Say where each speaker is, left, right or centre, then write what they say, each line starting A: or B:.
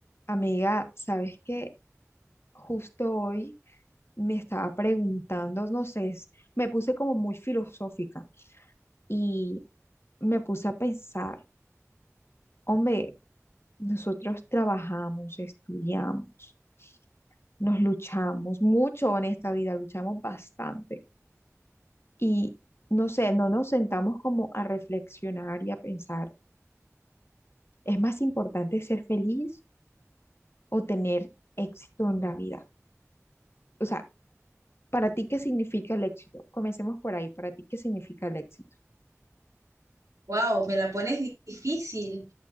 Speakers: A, on the left; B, on the right.
A: Amiga, ¿sabes qué? Justo hoy me estaba preguntando, no sé, es- me puse como muy filosófica y me puse a pensar, hombre, nosotros trabajamos, estudiamos, nos luchamos mucho en esta vida, luchamos bastante y no sé, no nos sentamos como a reflexionar y a pensar, ¿es más importante ser feliz o tener éxito en la vida? O sea, Para ti, ¿qué significa el éxito? Comencemos por ahí. Para ti, ¿qué significa el éxito?
B: Wow, me la pones di- difícil.